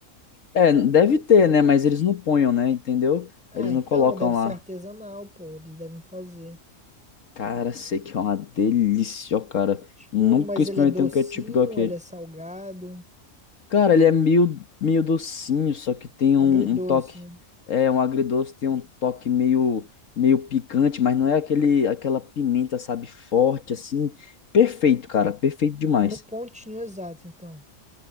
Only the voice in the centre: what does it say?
Ah,
então
deve ser
artesanal, pô. Eles devem fazer.
Tipo,
mas
ele é docinho,
ele é salgado,
agridoce,
né?
No pontinho exato, então.